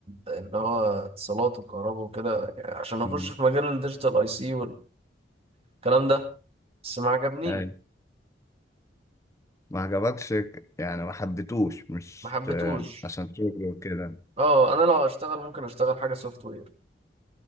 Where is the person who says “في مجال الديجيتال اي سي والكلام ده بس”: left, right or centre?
Right